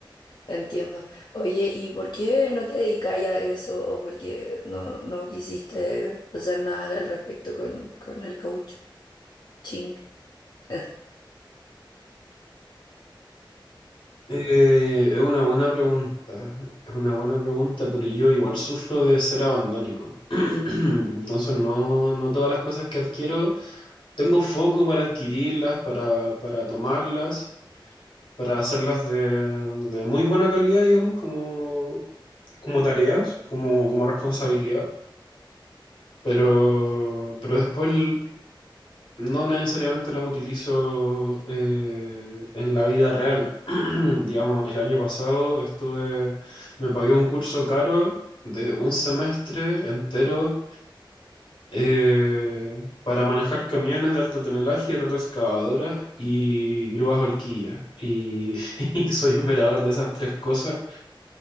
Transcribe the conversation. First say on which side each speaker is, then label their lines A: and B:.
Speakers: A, on the left; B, on the left.
A: entiendo. Oye, ¿y por qué no te dedicas a eso? ¿O por qué no, no quisiste hacer nada al respecto con, con el coach? Ching. <laughs>
B: Eh, es una buena pregunta, es una buena pregunta, pero yo igual sufro de ser abandónico. <clears throat> Entonces no, no todas las cosas que adquiero, tengo foco para adquirirlas, para, para tomarlas, para hacerlas de, de muy buena calidad, digamos, como, como tareas, como, como responsabilidad. Pero, pero después l- no necesariamente las utilizo eh, en la vida real. <clears throat> Digamos, el año pasado estuve, me pagué un curso caro de un semestre entero eh, para manejar camiones de alto tonelaje, retroexcavadoras y grúas horquillas. Y, <laughs> y soy operador de esas tres cosas